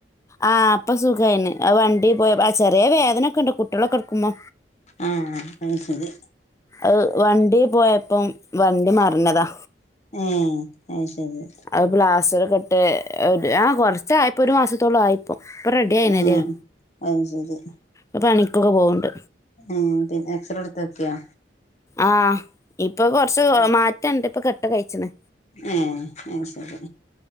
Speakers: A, on the left; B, on the left.
A: ആഹ് അപ്പൊ സുഖമായിന് വണ്ടി പോയി ആ ചെറിയ വേദനൊക്കെ ഇണ്ട് കുട്ടികളൊക്കെ എടുക്കുമ്പോ
B: ആഹ് അത് ശരി
A: അത് വണ്ടി പോയപ്പം വണ്ടി മറഞ്ഞതാ
B: എഹ് അത് ശരി
A: അത് പ്ലാസ്റ്ററൊക്ക ഇട്ട് ആ കുറച്ചായപ്പോരു മാസത്തോളം ആയിപ്പോം ഇപ്പൊ റെഡി ആയിനതിം
B: ആഹ് അത് ശരി
A: പ്പോ പണിക്കൊക്കെ പോവണ്ട്
B: ഉം പിന്നെ എക്സറേ എടുത്തക്കിയോ
A: ആഹ് ഇപ്പൊ കൊറച്ച് മാറ്റണ്ട് ഇപ്പൊ കെട്ടഴിച്ചണ്
B: എഹ് അത് ശരി